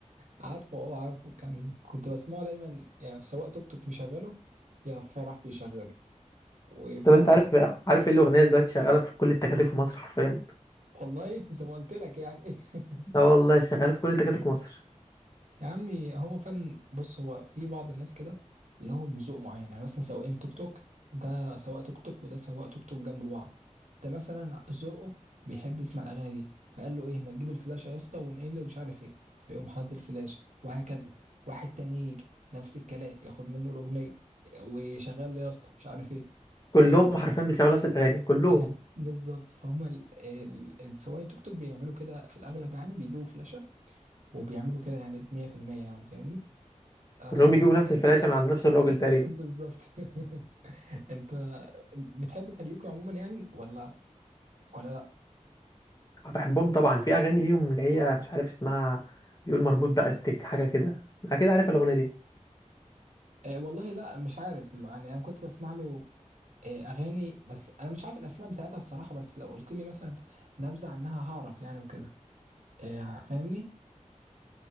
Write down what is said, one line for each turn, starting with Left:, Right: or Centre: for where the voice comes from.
Right: عارفه اه عارفه كان كنت بسمعه دايما يعني في سواق توك توك مشغله يا في فرح بيشغله وفاهم
Left: طب انت عارف عارف ايه الاغنيه دلوقتي شغاله في كل التكاتك في مصر حرفيا
Right: والله <laughs> زي ما قلت لك يعني <laughs>
Left: اه والله شغاله في كل تكاتك مصر
Right: يا عمي هو فعلا بص هو في بعض الناس كده لهم ذوق معين يعني مثلا سواقين توك توك ده سواق توك توك وده سواق توك توك جنب بعض ده مثلا ذوقه بيحب يسمع الاغاني دي فقال له ايه ما تجيب الفلاش يا اسطى ونقل ومش عارف ايه فيقوم حاطط الفلاش وهكذا واحد تاني يجي نفس الكلام ياخد منه الاغنيه وشغال لي يا اسطى مش عارف ايه
Left: كلهم
Right: ف
Left: حرفيا بيشغلوا نفس الاغاني كلهم
Right: <laughs> بالظبط فهم ال- ال- السواقين توك توك بيعملوا كده في الاغلب يعني بيجيبوا فلاشه وبيعملوا كده يعني ب 100% يعني فاهمني آه
Left: كلهم بيجيبوا نفس الفلاشه من عند نفس الراجل
Right: <laughs>
Left: تقريبا
Right: بالظبط <laughs> انت بتحب كاريوكي عموما يعني ولا ولا لا
Left: آه، بحبهم طبعا في اغاني ليهم اللي هي مش عارف اسمها بيقول مربوط باستك حاجه كده اكيد عارف الاغنيه دي
Right: اه والله لا مش عارف يعني انا كنت بسمع له اه اغاني بس انا مش عارف الاسماء بتاعتها الصراحه بس لو قلت لي مثلا نبذه عنها هعرف يعني وكده اه فاهمني